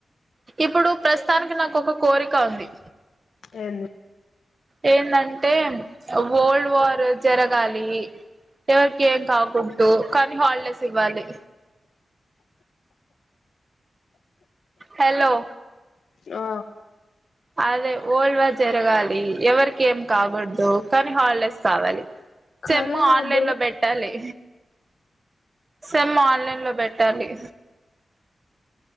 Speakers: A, on the right; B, on the left.
A: ఇప్పుడు ప్రస్తుతానికి నాకు ఒక కోరిక ఉంది.
B: ఎంది
A: ఏందంటే వరల్డ్ వార్ జరగాలి. ఎవరికి ఏం కాకుడదు కానీ హాలిడేస్ ఇవ్వాలి. హలో
B: ఆ
A: అదే వరల్డ్ వార్ జరగాలి. ఎవరికి ఏం కాకూడదు. కానీ హాలిడేస్ కావాలి.
B: కరోనా
A: సెమ్ ఆన్లైన్
B: అప్పుడు
A: లో పెట్టాలి, సెమ్ ఆన్లైన్ లో పెట్ టాది